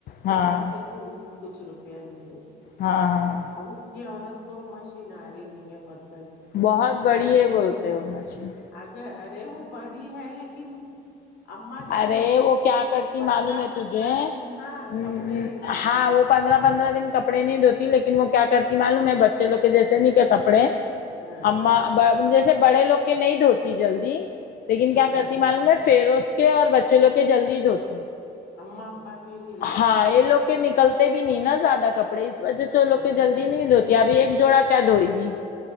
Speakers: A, on the left; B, on the left.
A: ہاں
B: سترہ سو تیئیس کچھ روپیہ لیے ہے اس کا
A: ہاں ہاں
B: اب اس کی عورت کو مشین آری نہیں ہے پسند
A: بہت بڑی
B: اگر
A: ہے
B: میں
A: بولتے وہ مشین
B: اگر ارے وہ بڑی ہے لیکن اماں کیا
A: ارے
B: بولتی
A: وہ
B: تھی
A: کیا کرتی
B: پندرہ
A: معلوم ہے
B: پندرہ
A: تجھے
B: دن نا
A: ہاں
B: کپڑے نہیں دھوتی
A: وہ پندرہ پندرہ دن کپڑے نہیں دھوتی لیکن وہ کیا کرتی معلوم ہے بچے لو کے جیسے نہیں کیا کپڑے
B: ہاں
A: اما جیسے بڑے لوگ کے نہیں دھوتی جلدی لیکن کیا
B: ہاں
A: کرتی معلوم میں فیروز کے اور بچے لوگ کے جلدی دھوتی
B: اما ابا کے نہیں لیتی
A: ہاں
B: لگتا
A: یہ لوگ کے نکلتے بھی نہیں نا زیادہ کپڑے اس وجہ سے وہ
B: ہاں
A: لوگ کے جلدی نہیں ابھی ایک جوڑا کیا دھوئے گی